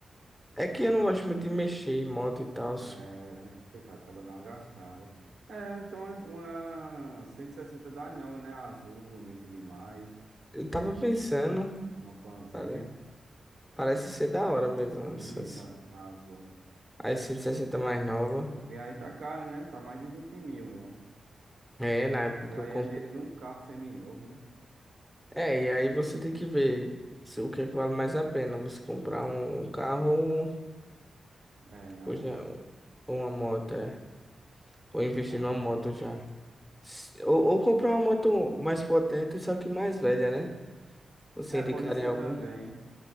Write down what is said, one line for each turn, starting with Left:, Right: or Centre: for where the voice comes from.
Centre: É que
Right: Esse
Centre: eu
Right: foi-
Centre: não gosto muito de mexer em moto e tal.
Right: É, é complicado, acaba dando uma gastada. É, então uma 160 das novas, né? Azul, bonita demais.
Centre: Eu tava pensando,
Right: Uma fanzinha
Centre: pare- parece ser da hora mesmo,
Right: É bonita,
Centre: essas,
Right: a azul.
Centre: as 160 mais nova.
Right: Só que aí tá cara, né? Tá mais de 20 mil, uma.
Centre: É, na época
Right: E
Centre: que
Right: aí
Centre: eu comprei.
Right: é dinheiro de um carro seminovo, né?
Centre: É, e aí você tem que ver se, o que é que vale mais a pena, você comprar um carro ou,
Right: É, né,
Centre: ou
Right: mano?
Centre: já, ou uma moto, é. Ou investir
Right: Então.
Centre: numa moto já. S- Ou, ou comprar uma moto mais potente, só que mais velha, né? Você
Right: É,
Centre: indicaria
Right: pode ser
Centre: algum?
Right: também.